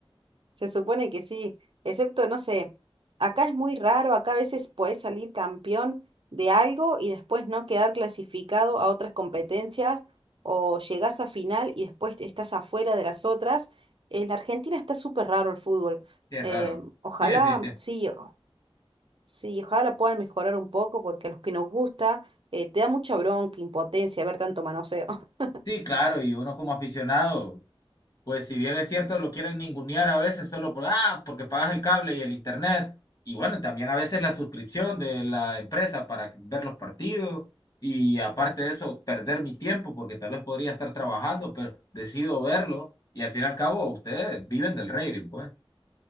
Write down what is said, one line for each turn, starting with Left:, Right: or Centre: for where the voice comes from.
Right: Se supone que sí, excepto, no sé, acá es muy raro, acá a veces puedes salir campeón de algo y después no quedar clasificado a otras competencias o llegás a final y después estás afuera de las otras. En la Argentina está súper raro el fútbol.
Left: Qué
Right: Eh,
Left: raro.
Right: ojalá,
Left: Sí, definitivamente.
Right: sí, o- sí, ojalá puedan mejorar un poco porque a los que nos gusta eh, te da mucha bronca, impotencia ver tanto manoseo. <laughs>
Left: Sí, claro, y uno como aficionado. pues si bien es cierto, lo quieren ningunear a veces solo por, ah, porque pagas el cable y el internet. Y bueno, también a veces la suscripción de la empresa para ver los partidos. Y aparte de eso, perder mi tiempo porque tal vez podría estar trabajando, pero decido verlo. Y al fin y al cabo, ustedes viven del rating, pues.